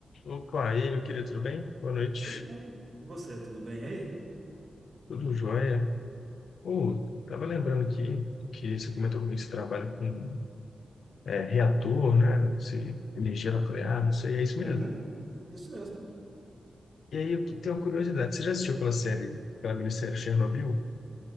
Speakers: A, on the left (about 75°); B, on the right (about 45°).
A: Opa, e aí, meu querido, tudo bem? Boa noite.
B: Tudo bem. E você, tudo bem aí?
A: Tudo jóia? Ô, tava lembrando aqui que você comentou comigo que você trabalha com é, reator, né? Se, energia nuclear, não sei, é isso mesmo.
B: Uhum. Isso mesmo.
A: E aí, eu tenho uma curiosidade. Você já assistiu aquela série, aquela minissérie Chernobyl?